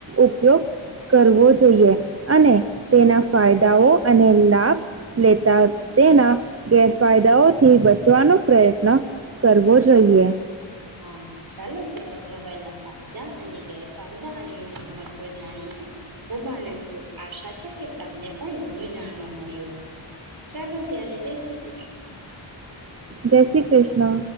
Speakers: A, on the right; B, on the right.
A: ઉપયોગ કરવો જોઈએ અને તેના ફાયદાઓ અને લાભ લેતા તેના ગેરફાયદાઓથી બચવાનો પ્રયત્ન કરવો જોઈએ.
B: હા ચાલો અયારે મોબાઈલ ના ફાયદા અને ગેર ફાયદા અને એનું મહત તો જાણી ને ખૂબ આનંદ થયો. આશા છે કે તમને પણ ઘણું જાણવા મળ્યું હશે. ચાલો ત્યારે જય શ્રી કૃષ્ણ.
A: જય શ્રી કૃષ્ણ.